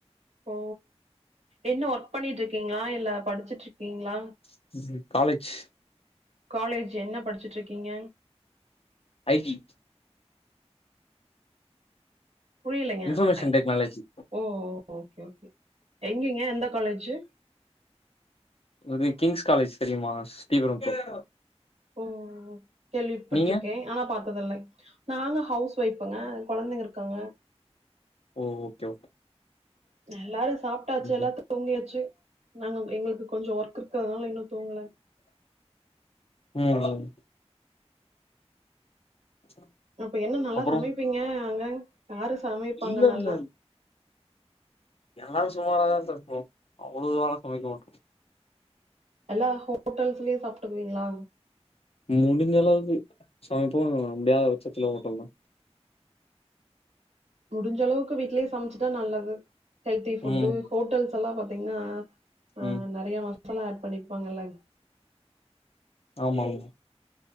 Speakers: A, on the right; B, on the left.
A: ஓ என்ன ஒர்க் பண்ணிட்ருக்கீங்ளா இல்ல படுச்சுட்ருக்கீங்ளா
B: ம் காலேஜ்
A: காலேஜ் என்ன படுச்சுட்ருக்கீங்க
B: ஐ டி
A: புரிலைங்க
B: information
A: I
B: technology
A: O okay okay எங்கேங்க எந்த காலேஜு
B: ஒரு கிங்ஸ் காலேஜ் தெரியுமா ஸ்ரீவரம்புத்
A: ஓ கேள்விப்பட்ருக்கே
B: நீங்க
A: ஆனா பாத் நாங்க ஹவுஸ் ஒஃபுங்க குழந்தைங்க இருக்காங்க
B: ஓ ஓகே ஓகே
A: எல்லாரு சாப்ட்டாச்சு
B: ம்
A: எல்லாத் தூங்கியாச்சு நாங்க எங்களுக்கு கொஞ்சோ ஒர்க் இருக்கிறதுனால இன்னு தூங்கல
B: ம் அதனால வந்து <inaudible>
A: அப்ப என்ன நல்லா
B: அப்புறோ
A: சமைப்பீங்க அங்க யாரு சமைப்பாங்க
B: இல்ல
A: நல்லா
B: இல்ல எல்லாரு சுமாரராதா சமிப்போ அவுளோ இதுவாலா சமைக்க மாட்டோ
A: எல்லா ஹோட்டல்ஸ்லே சாப்ட்டுக்குவீங்ளா
B: முடிஞ்சளவுக்கு சமைப்போ முடியாத பச்சத்துல ஹோட்டல் தா
A: முடிஞ்சளவுக்கு வீட்லே சமச்சுட்டா நல்லது ஹெல்தி ஃபுட்டு்
B: ம்
A: ஹோட்டல்ஸ் எல்லா பா தீங்னா ஆ
B: ம்
A: நெறைய மசாலா ஆட் பண்ணிர்பாங்கல
B: ஆமாங்க